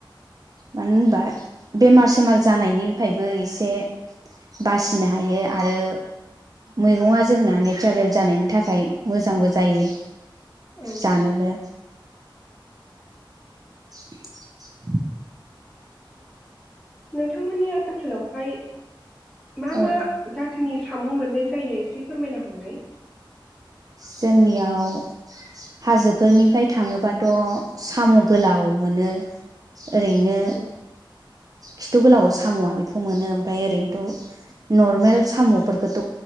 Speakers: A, on the right; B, in the centre.
A: मानो होनबा बेमार सेमार जानायनिफ्रायबो एसे बासिनो हायो आरो मैगंङा जोंना नेचारेल जानायनि थाखाय मोजांबो जायो।
B: औ
A: जानोबो <unintelligible>
B: नोंथांमोननि ओनसोलावहाय मा
A: औ
B: मा जाथोनि साम' मोननाय जायो एसे फोरमायना हरलाय
A: जोंनियाव हाजोफोरनिफ्राय थांङोबाथ' साम' गोलाव मोनो ओरैनो
B: औ
A: खिथु गोलाव साम'आ बेखौ मोनो ओमफ्राय ओरैनोथ' नर्मेल साम'फोरखौथ'